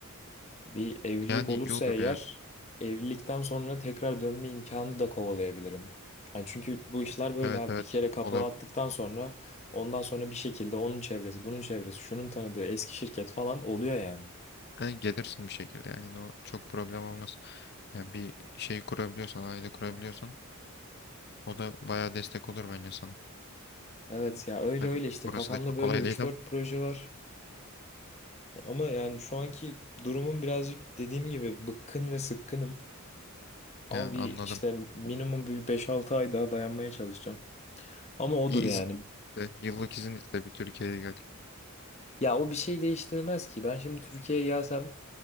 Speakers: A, on the left (about 30°); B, on the left (about 50°).
A: Bir evlilik
B: Yani
A: olursa
B: iyi olur
A: eğer
B: ya.
A: evlilikten sonra tekrar dönme imkanı da kovalayabilirim. Hani çünkü bu
B: O-
A: işler böyle
B: Evet
A: abi
B: evet
A: bir kere kapağı
B: olabilir.
A: attıktan sonra ondan sonra bir şekilde onun çevresi, bunun çevresi, şunun tanıdığı eski şirket falan oluyor yani.
B: Yani gelirsin bir şekilde yani yine o çok problem olmaz. Yani bir şey kurabiliyorsan, aile kurabiliyorsan o da bayağı destek olur bence sana.
A: Evet ya öyle
B: Tabii
A: öyle işte
B: orası
A: kafamda
B: da çok
A: böyle
B: kolay
A: üç
B: değil ama
A: dört proje var. Ama yani şu anki durumum birazcık dediğim gibi bıkkın ve sıkkınım. Ama
B: yani
A: bir
B: anladım.
A: işte minimum
B: Yani
A: bir beş altı ay daha dayanmaya çalışacağım. Ama odur
B: bir izin
A: yani.
B: iste, yıllık izin iste bir Türkiye'ye gel.
A: Ya o bir şey değiştirmez ki. Ben şimdi Türkiye'ye gelsem